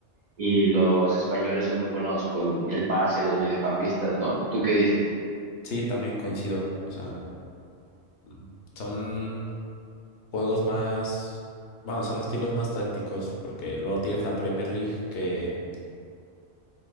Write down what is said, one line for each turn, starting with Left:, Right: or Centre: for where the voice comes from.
Right: y los españoles son muy buenos con el pase, los mediocampistas, ¿no? ¿Tú qué dices?
Left: Sí, también coincido. O sea, mm, son juegos más, bueno, son estilos más tácticos, porque luego tienes la Premier League que,